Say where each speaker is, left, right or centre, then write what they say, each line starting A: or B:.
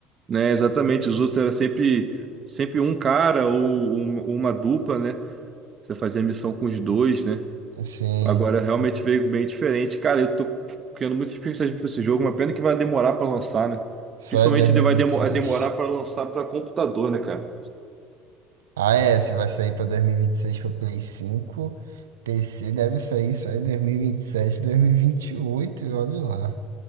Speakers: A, on the right; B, on the right.
A: né? Exatamente. Os outros era sempre, sempre um cara ou um- uma dupla, né? Você fazia missão com os dois, né?
B: Sim,
A: Agora realmente veio bem diferente. Cara, eu tô criando muita expectativa pra esse jogo, uma pena que vai demorar pra lançar, né?
B: só
A: Principalmente
B: é dois mil
A: ele vai
B: e e vinte
A: demo-
B: e seis
A: é demorar pra lançar pra computador, né, cara?
B: Ah, é, se vai sair pra 2026 pra Play 5, PC deve sair só em dois mil e vinte vinte e e e sete dois mil e vinte e oito e olha lá.